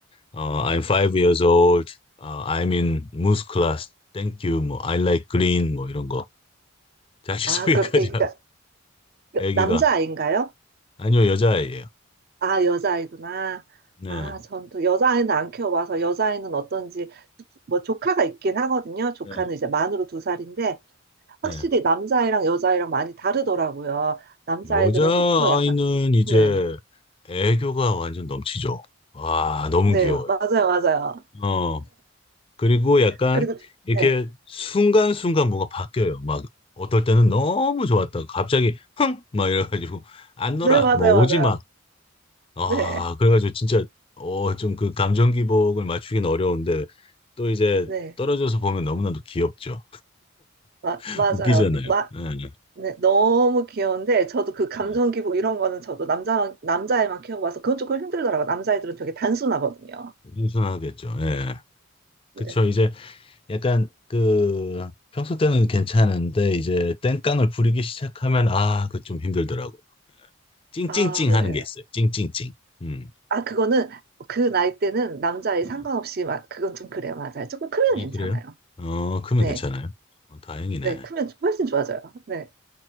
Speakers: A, on the left (about 25°); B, on the right (about 45°).
A: 어, I'm five years old, 어, I'm in Moose class, thank you, 뭐 I like green, 뭐 이런 거. 자기소개까지
B: 아, 그럼 애기가
A: 아기가
B: 남자아이인가요?
A: 아니요 여자아이예요.
B: 아, 여자아이구나.
A: 네,
B: 아, 전 또 여자아이는 안 키워봐서 여자아이는 어떤지 뭐 조카가 있긴 하거든요. 조카는
A: 네.
B: 이제 만으로 두 살인데 확실히
A: 네.
B: 남자아이랑 여자아이랑 많이 다르더라고요. 남자아이들은
A: 여자아이는
B: 조금 더 약간
A: 이제
B: 네,
A: 애교가 완전 넘치죠. 와 너무
B: 네,
A: 귀여워요.
B: 맞아요, 맞아요.
A: 어 그리고 약간
B: 그리고
A: 이렇게
B: 네,
A: 순간순간 뭐가 바뀌어요. 막 어떨 때는 너무 좋았다가 갑자기 흥 막 이래가지고 안 놀아
B: 네, 맞아요,
A: 뭐 오지
B: 맞아요.
A: 마. 아
B: 네,
A: 그래가지고 진짜 어 좀 그 감정 기복을 맞추긴 어려운데 또 이제
B: 네.
A: 떨어져서 보면 너무나도 귀엽죠.
B: 마,
A: <laughs>
B: 맞아요.
A: 웃기잖아요.
B: 마,
A: 네.
B: 네, 너무 귀여운데 저도 그 감정
A: 네.
B: 기복 이런 거는 저도 남자 남자애만 키워봐서 그건 조금 힘들더라고요. 남자애들은 되게 단순하거든요.
A: 순선하겠죠 예.
B: 네.
A: 그쵸. 이제 약간 그 평소 때는 괜찮은데 이제 땡깡을 부리기 시작하면 아, 그 좀 힘들더라고요. 찡찡찡
B: 아, 네.
A: 하는 게 있어요. 찡찡찡. 음.
B: 아, 그거는 그 나이 때는 남자애
A: 음.
B: 상관없이 막 그건 좀 그래요. 맞아요. 조금 크면
A: 아,
B: 괜찮아요.
A: 그래요? 어, 그러면
B: 네.
A: 괜찮아요. 어, 다행이네.
B: 네, 크면 훨씬 좋아져요. 네.